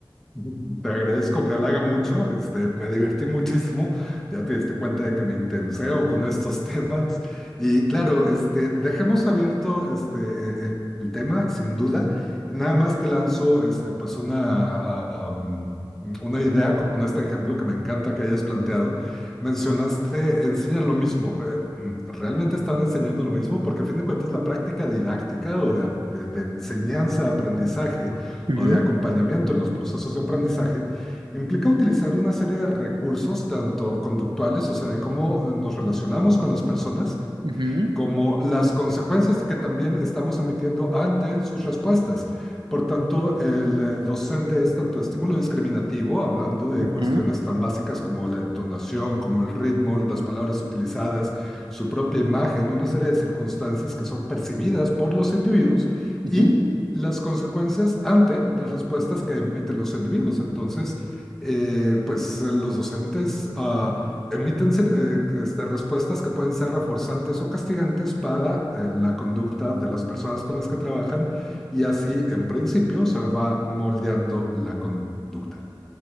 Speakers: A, in the centre; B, on the right.
A: <laughs> Te agradezco, me halaga mucho, este, me divertí muchísimo, ya te diste cuenta de que me intenseo con estos <laughs> temas y claro, este, dejemos abierto este, eh, eh, el tema, sin duda, nada más te lanzo este, pues una, ah, um, una idea con este ejemplo que me encanta que hayas planteado. Mencionaste, enseñan lo mismo, Eh, mm, ¿realmente están enseñando lo mismo? Porque a fin de cuentas la práctica didáctica o de, de de enseñanza, aprendizaje
B: Ujú,
A: o de acompañamiento en los procesos de aprendizaje, implica utilizar una serie de recursos, tanto conductuales, o sea, de cómo nos relacionamos con las personas,
B: ujú,
A: como las consecuencias que también estamos emitiendo ante sus respuestas. Por tanto, el eh, docente es tanto estímulo discriminativo, hablando de
B: ujú,
A: cuestiones tan básicas como la entonación, como el ritmo, las palabras utilizadas, su propia imagen, una serie de circunstancias que son percibidas por los individuos
B: ujú.
A: y las consecuencias ante las respuestas que emiten los individuos. Entonces, eh, pues los docentes uh, Emiten eh, este, respuestas que pueden ser reforzantes o castigantes para eh, la conducta de las personas con las que trabajan y así, en principio, se va moldeando la conducta.